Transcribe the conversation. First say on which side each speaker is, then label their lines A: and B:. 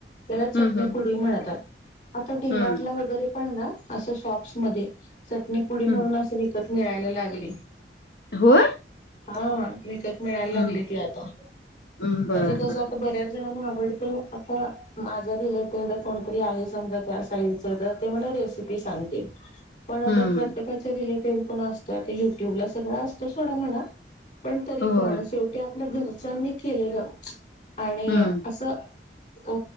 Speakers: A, on the left; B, on the left.
A: त्याला चटणी
B: हं, हं,
A: पुडी म्हणतात. आता डीमार्टला
B: हं,
A: वगैरे पण ना... असं शॉप्समधे चटणीपुडी म्हणून...
B: हं.
A: असं विकत मिळायला लागली.
B: होय?
A: हा, विकत मिळायला लागलय
B: हं,
A: की आता.
B: हं. बरं,
A: म्हणजे कसं
B: बरं, बरं.
A: आता बऱ्याच जणांना आवड आता माझ रिलेटेड कोणतरी आहे समजा त्या साईडच तर ते म्हण ते सांगतील, पण आता
B: हं.
A: प्रत्येक त्याच्या रिलेटेड पण असतय ते युट्यूब ला, सगळं असतो सोडा म्हणा. पण, तरी
B: होय.
A: पण शेवटी आपल्या घरच्यांनी केलेलं आणि
B: हं.
A: असं अ